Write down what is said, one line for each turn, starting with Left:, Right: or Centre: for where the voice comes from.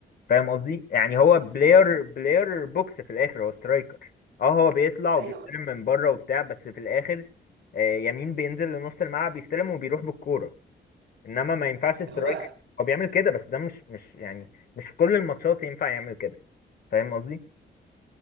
Left: فاهم قصدي يعني
Right: ماشي
Left: هو بلاير
Right: اه ما انا
Left: بلاير بوكس في الاخر هو سترايكر اه هو بيطلع وبيستلم
Right: ايوه
Left: من بره وبتاع بس في الاخر آه، يمين بينزل لنص الملعب يستلم وبيروح بالكوره انما ما ينفعش سترايكر
Right: هو
Left: هو بيعمل كده بس ده مش مش يعني مش في كل الماتشات ينفع يعمل كده فاهم قصدي